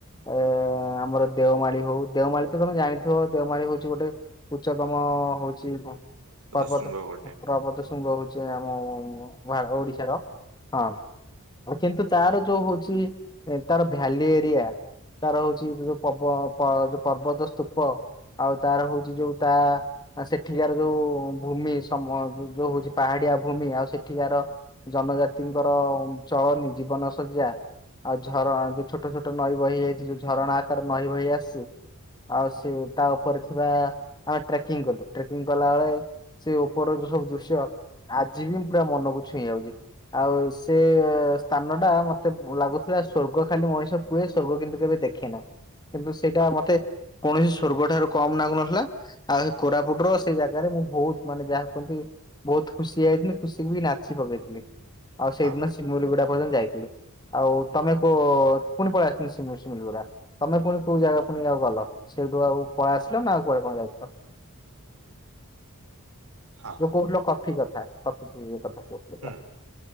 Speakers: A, on the left; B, on the right.
A: ଏଁ ଆମର ଦେଓମାଳି ହୋଉ ଦେଓମାଳି ତ ତମେ ଜାଣିଥିବ ଦେଓମାଳି ହୋଉଚି ଗୋଟେ ଉଚ୍ଚତମ ହୋଉଛି ହଁ ପର୍ବତ
B: ଶୃଙ୍ଗ ଗୋଟେ
A: ହଁ ପ୍ରବତ <unintelligible> ହୋଉଛି ଆମ ଭା ଓଡିଶାର ହଁ। ଆଉ କିନ୍ତୁ ତାର ଯୋଉ ହୋଉଛି ତାର ଭ୍ୟାଲି ଏରିଆ। ତାର ହୋଉଚି ଯୋଉ ପବ ପ ଯୋଉ ପର୍ବତ ସ୍ତୂପ। ଆଉ ତାର ହୋଉଚି ଯୋଉ ତା ଆଁ ସେଠିକାର ଯୋଉ ଭୂମି ସମ ଯୋ ଯୋଉ ହୋଉ ଚି ପାହାଡିଆ ଭୂମି ଆଉ ସେଠିକାର ଜନଜାତିଙ୍କର ଚଳନୀ ଜୀବନ ଶଯ୍ୟା। ଆଉ ଝର ଯୋଉ ଛୋଟୋ ଛୋଟୋ ନଈ ବହି ଯାଇଚି ଯୋଉ ଝରଣା ଆକାର ନଈ ବହି ଆସିଚି। ଆଉ ସେ ତା ଉପରେ ଥିବା ଆମେ ଟ୍ରେକିଂ କଲୁ ଟ୍ରେକିଂ କଲା ବେଳେ ସେ ଉପରର ଯୋଉ ସବୁ ଦୃଶ୍ୟ। ଆଜି ବି ମୁଁ ପୁରା ମନକୁ ଛୁଇଁ ଯାଉଛି। ଆଉ ସେ ସ୍ଥାନ ଟା ମତେ ଲାଗୁଥିଲା ସ୍ଵର୍ଗ ଖାଲି ମଣିଷ କୁଏ ସଵର୍ଗ କିନ୍ତୁ କେବେ ଦେଖେ ନା କିନ୍ତୁ ସେଇଟା
B: ହଁ
A: ମତେ କୌଣସି ସଵର୍ଗ ଠାରୁ କମ୍ ନାଗୁ ନଥିଲା। ଆଉ ସେଇ କୋରାପୁଟ ର ସେଇ ଜାଗାରେ ମୁଁ ବହୁତ ମାନେ ଯାହା ହ କହନ୍ତି। ବହୁତ ଖୁସି ଯାଇଥିଲି ଖୁସି ବି ନାଚି ପକେଇଥିଲି। ଆଉ ସେଇଦିନ
B: ହଁ
A: ସିମୁଲିଗୁଡା ପର୍ଯ୍ୟନ୍ତ ଯାଇଥିଲି। ଆଉ ତମେକୁ ପୁଣି ପଳେଇ ଆସିଥିଲ ସିମ ଗୁଡା। ତମେ ପୁଣି କୋଉ ଜାଗା ପୁଣି ଯିବାକୁ ଗଲ। ସେଇଠୁ ଆଉ ପଳେଇ ଆସିଲ ନା ଆଉ କଆଡେ ଯାଉଥିଲ। <inaudible>
B: ହଁ।
A: ଯୋଉ କହୁଥିଲ କଫି କଥା କଫି ପିଇବା କଥା। କହୁଥିଲ
B: ହୁଁ
A: ପା